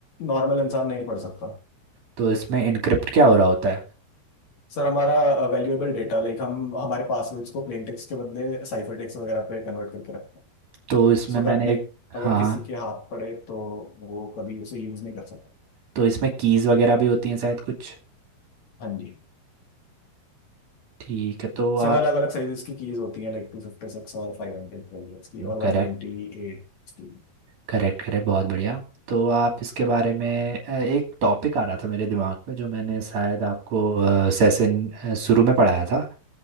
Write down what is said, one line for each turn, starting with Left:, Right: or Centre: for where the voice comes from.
Left: नॉर्मल इंसान नहीं पढ़ सकता
Right: तो इसमें इनक्रिप्ट क्या हो रहा होता है
Left: सर हमारा वैल्यूएबल डेटा लाइक हम हमारे पासवर्ड्स को प्लेन टेक्स्ट के बदले साइफर टेक्स्ट वगैरह पे कन्वर्ट करके रखते हैं
Right: तो इसमें
Left: सो
Right: मैंने
Left: दैट लाइक
Right: एक हाँ
Left: अगर
Right: हाँ।
Left: किसी के हाथ पड़े तो वो कभी उसे यूज नहीं कर सकता
Right: तो इसमें कीज वगैरह भी होती हैं शायद कुछ
Left: हाँ जी
Right: ठीक है तो
Left: सर
Right: आप
Left: अलग अलग साइजेस की कीज होती हैं लाइक टू फिफ्टी सिक्स और फाइव हंड्रेड ट्वेल्व की और वन
Right: करेक्ट
Left: ट्वेंटी एट की
Right: करेक्ट करेक्ट बहुत बढ़िया तो आप इसके बारे में अ, एक टॉपिक आ रहा था मेरे दिमाग में जो मैंने शायद आपको सेशन शुरू में पढ़ाया था